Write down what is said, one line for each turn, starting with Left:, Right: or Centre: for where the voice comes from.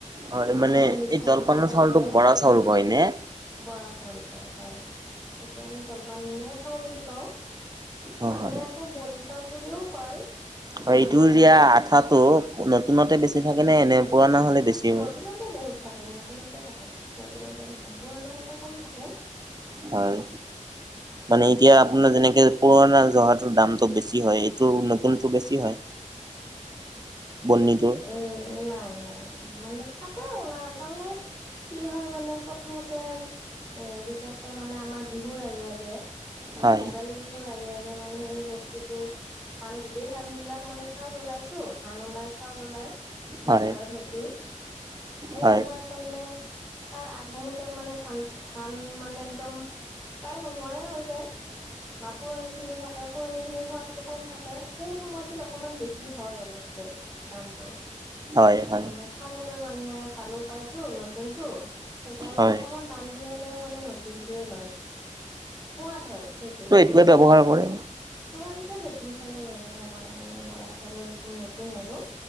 Right: হয়
Left: যিটো
Right: মানে
Left: তাৰ মিঠা
Right: এই জলপানৰ
Left: সোৱাদ আছে
Right: চাউলটো বৰা চাউল কয় নে?
Left: বৰা চাউল কয় হয়, সেইটো আমি জলপানে খাওঁ বুলি কওঁ।
Right: অ
Left: মানে
Right: হয়
Left: আকৌ বনি চাউল বুলিও কয়!
Right: হয়
Left: বন্নি
Right: এইটো
Left: বুলি
Right: ইয়া আঠাটো নতুনতে বেছি থাকে নে এনে পুৰণা হলে বেছি হয়
Left: নতুনতে বহুত থাকে, নতুনতে থাকে, নতুনতে থাকে পুৰণা হলে কম থাকে।
Right: হয় মানে
Left: উম
Right: এতিয়া আপোনাৰ যেনেকে পুৰণা জহাটোৰ দামটো বেছি হয়, এইটো নতুনতো বেছি হয় বনি টোৰ?
Left: উম নাই নাই মানে থাকে আও না তাৰমানে কি হয় মানে প্ৰথমতে এ বিশেষকে মানে আমাৰ বিহুৰ আগে আগে মানে
Right: হয়
Left: ভোগালী বিহুৰ আগে আগে মানে এই বস্তুতো ধান গোটেই ধান বিলাক মানে চাউল ওলাইতো ধান ওলাই চাউল ওলাই
Right: হয়
Left: বজাৰত নতুন, সেই
Right: হয়
Left: সময়ত তাৰমানে তাৰ আগমহূৰ্তত মানে ধান ধান মানে একদম প্ৰায় নোহোৱাই হৈ যায়। বা পুৰণিখিনি থাকে পুৰণি খিনিৰ সোৱাদটো কম থাকে, সেই সময়টোত অকণমান বেছি হয় অৱশ্যে দামটো।
Right: হয় হয়
Left: মানে খাবলৈ মানুহে ভালো পাইতো নতুনতো সেইকাৰণে
Right: হয়
Left: অকমান দাম দি হলেও মানে নতুনতোয়ে লয়, সোৱাদ হয় সেইটো।
Right: লৈ ব্যৱহাৰ কৰে।
Left: চুঙা পিঠা নতুন চাউলে ব্যৱহাৰ কৰে মানে বৰা চাউলৰ যিটো নতুন আৰু।